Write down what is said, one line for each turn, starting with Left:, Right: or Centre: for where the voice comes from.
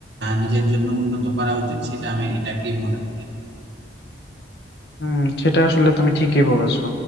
Right: নিজের জন্য উন্নত করা উচিত সেটা আমি এটাকেই মনে করি
Left: হুম সেটা আসলে তুমি ঠিকই বলেছো